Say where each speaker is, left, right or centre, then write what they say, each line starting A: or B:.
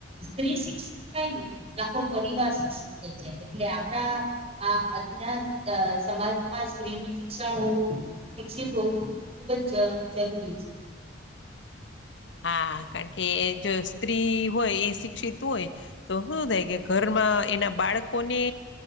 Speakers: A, on the right (about 30°); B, on the left (about 70°).
A: સ્ત્રી શિક્ષિત થાય ને લખો પરિવાર શિક્ષિત થ જાય એટલે આપણા આ અજ સમાજમાં સ્ત્રીનું શિક્ષણ હોવું શિક્ષિત હોવું ખુબ જ જરૂરી છે.
B: હા કારણ કે જો સ્ત્રી હોય એ શિક્ષિત હોય. તો શું થાય કે ઘરમાં, એના બાળકોને